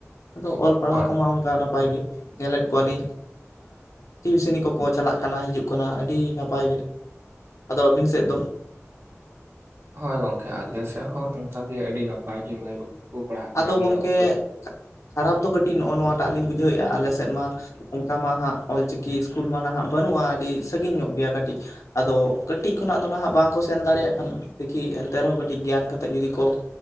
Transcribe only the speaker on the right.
ᱦᱳᱭ
ᱦᱳᱭ ᱜᱚᱝᱠᱮ ᱟᱞᱮ ᱥᱮᱫ ᱦᱚᱸ ᱱᱚᱝᱠᱟ ᱜᱮ ᱟᱹᱰᱤ ᱱᱟᱯᱟᱭ ᱜᱮ ᱢᱟᱹᱭ ᱵᱟᱹᱵᱩ᱾ ᱠᱚ ᱯᱟᱲᱦᱟᱜ ᱠᱟᱱᱟ
ᱱᱤᱭᱟᱹ
ᱚᱠᱛᱚ ᱫᱚ